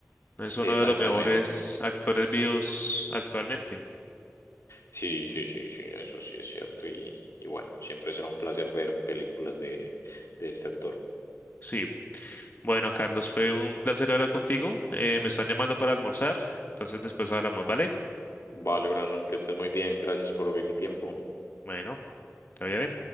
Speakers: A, on the left; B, on the left.
A: Es uno
B: Exactamente.
A: de los mejores actores vivos actualmente.
B: Sí, sí, sí, sí, eso sí es cierto. Y, y bueno, siempre será un placer ver películas de, de este actor.
A: Sí. Bueno, Carlos, fue un placer hablar contigo. Eh, me están llamando para almorzar. Entonces después hablamos, ¿vale?
B: Vale, Brandon, que estés muy bien. Gracias por el tiempo.
A: Bueno, todavía bien.